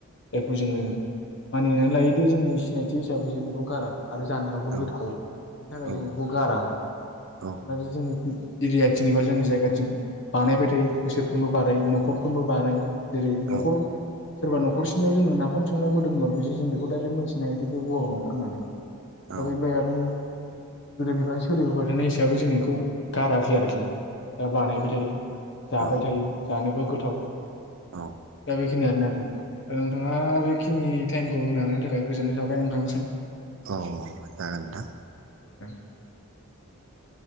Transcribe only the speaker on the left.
बेखौ जोङो मानिनानै लायोदो जोंनि सिनायथि हिसाबै जों बेखौ गारा। आरो जानायावबो
गोथाव बेनि थाखाय
जोङो
बेखौ गारा मोनोना
जोंनि एरियाथिं एबा जोंनि जायगाथिं बानायबाय थायो बोसोरफ्रोमबो बानायो नखरफ्रोमबो बानायो। जेरै नखर
सोरबा नखर सिनियाव जोङो नाफाम संनाय मोदोमबाबो जों बेखौ डाइरेक्ट मोनथिनो हायो बे बर' नखर होननानै। दा
बेनिफ्राय आरो गोदोनिफ्रायनो सोलिबोबाय थानाय हिसाबै जों बेखौ गाराखै आरोखि। दा बानायबाय थायो, जाबाय
थायो, जानोबो गोथाव
दा बे <unintelligible> ओ नोंथाङा बेखिनि टाइमखौ होनो हानायनि थाखाय गोजोननाय थाबाय नोंथांसिम।
<inaudible>